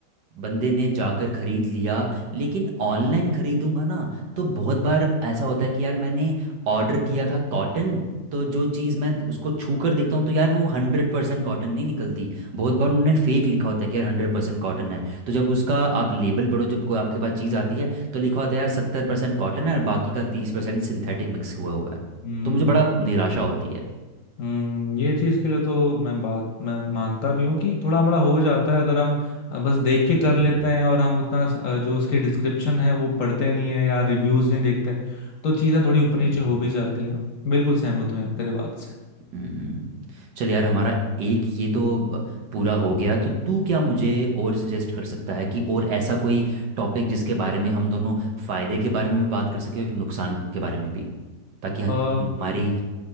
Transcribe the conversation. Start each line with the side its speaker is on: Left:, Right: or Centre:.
Right: बंदे ने जाकर खरीद लिया लेकिन ऑनलाइन खरीदूंगा ना तो बहुत बार ऐसा होता है कि यार मैंने ऑर्डर किया था कॉटन तो जो चीज़ मैं उसको छू कर देखता हूँ तो यार वो हंड्रेड परसेंट कॉटन नहीं निकलती बहुत बार उन्होंने फेक लिखा होता है कि यार हंड्रेड परसेंट कॉटन है तो जब उसका आप लेबल पढ़ो जब कोई आपके पास चीज़ आती है तो लिखा होता है यार सत्तर परसेंट कॉटन है और बाकी का तीस परसेंट सिंथेटिक मिक्स हुआ हुआ है
Left: हम्म
Right: तो मुझे बड़ा निराशा होती
Left: हम्म ये चीज के लिए तो मैं बात मैं मानता भी हूँ कि थोड़ा हमारा हो जाता है अगर हम अ, बस देख के
Right: है
Left: कर लेते हैं और हम उतना स- अ, जो उसके डिस्क्रिप्शन है वो पढ़ते नहीं है या रिव्यूज नहीं देखते तो चीजें थोड़ी ऊपर
Right: हम्म,
Left: नीचे हो भी जाती हैं बिल्कुल सहमत हूँ यार तेरे बात से
Right: हम्म। चल यार हमारा एक ये तो अ, पूरा हो गया तो तू क्या मुझे और सजेस्ट कर सकता है कि और ऐसा कोई टॉपिक जिसके बारे में हम दोनों फायदे के बारे में भी बात कर सके और नुकसान के बारे में भी ताकि हम-
Left: अ
Right: हमारी